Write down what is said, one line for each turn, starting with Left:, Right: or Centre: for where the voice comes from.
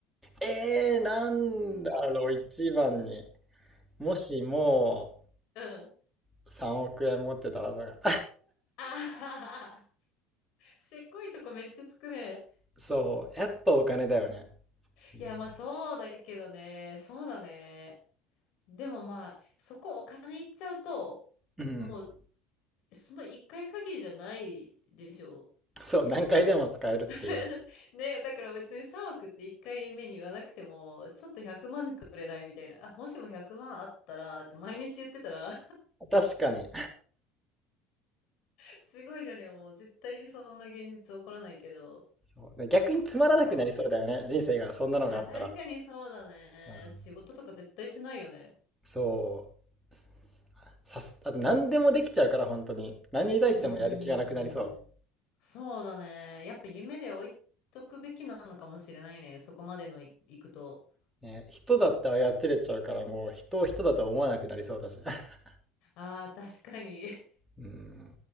Centre: えー、なんだろう、一番に。もしも
Left: うん。
Centre: 3億円持ってたらとか。
Left: あはははせっこいとこめっちゃつくね。
Centre: <laughs> そう、やっぱお金だよね。うん。
Left: いや、まあそうだけどね。そうだね。でもまあ、そこお金いっちゃうと、
Centre: うん
Left: もう、その一回限りじゃないでしょ。
Centre: そう、何回でも使えるっていう。
Left: <laughs> ねえだから別に3億って1回目に言わなくても、ちょっと100万くまんくれないみたいな。あ、もしも100万あったらって毎日言ってたら
Centre: 確かに。
Left: すごいよね。もう絶対にそんな現実起こらないけど。
Centre: そう。逆につまらなくなりそうだよね。
Left: うん。
Centre: 人生が、そんなのがあったら。
Left: あ、確かにそうだね。
Centre: うん
Left: 仕事とか絶対しないよね。
Centre: そう。さす、あと何でもできちゃうから、本当に。何に対してもやる気がなくなりそ
Left: うーん。そうだね。やっぱ夢で置いとくべきなのかもしれないね。そこまでのい、いくと。
Centre: う。ね、人だって操れちゃうから、もう人を人だとは思わなくなりそうだし。<laughs>
Left: ああ、確かに。<laughs>
Centre: うん。